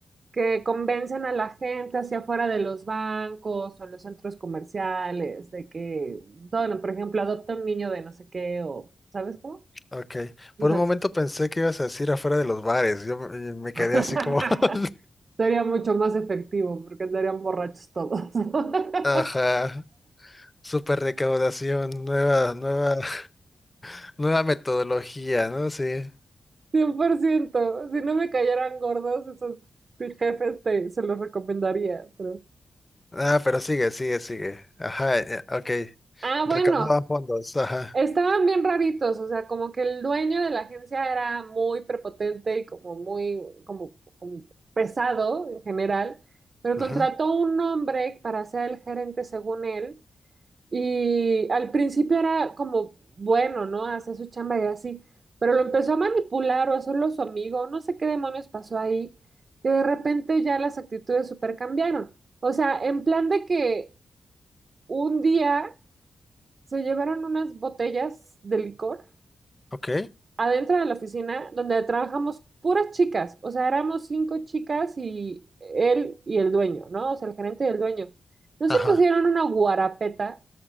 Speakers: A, on the right; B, on the left.
A: que convencen a la gente hacia afuera de los bancos o en los centros comerciales de que, bueno, por ejemplo, adopta un niño de no sé qué o, ¿sabes cómo?
B: ok.
A: Entonces,
B: Por un momento pensé que ibas a decir afuera de los bares. Yo me, me quedé
A: <laughs>
B: así como, <laughs>
A: sería mucho más efectivo porque andarían borrachos todos. <laughs>
B: ajá, super recaudación, nueva, nueva, <laughs> nueva metodología, ¿no? Sí.
A: 100%. Si no me cayeran gordos, esos jefes te, se los recomendaría. Pero...
B: Ah, pero sigue, sigue, sigue. Ajá, eh, ok.
A: Ah,
B: Recaudaban
A: bueno,
B: fondos, ajá.
A: estaban bien raritos. O sea, como que el dueño de la agencia era muy prepotente y como muy como, como pesado en general. Pero
B: Ujú,
A: contrató un hombre para ser el gerente según él. Y al principio era como bueno, ¿no? Hacía su chamba y así, pero lo empezó a manipular o a hacerlo su amigo, no sé qué demonios pasó ahí, que de repente ya las actitudes super cambiaron. O sea, en plan de que un día se llevaron unas botellas de licor
B: Ok,
A: adentro de la oficina donde trabajamos puras chicas, o sea, éramos cinco chicas y él y el dueño, ¿no? O sea, el gerente y el dueño. No
B: ajá.
A: se pusieron una guarapeta